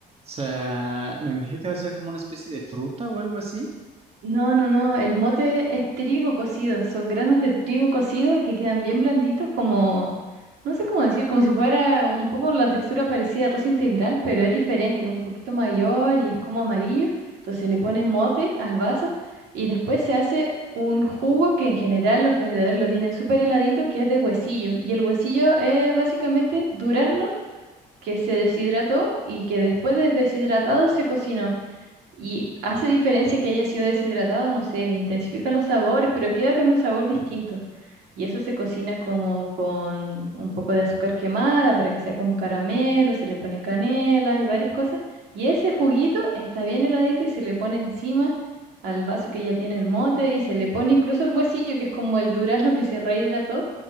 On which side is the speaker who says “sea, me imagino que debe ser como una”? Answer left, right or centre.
Right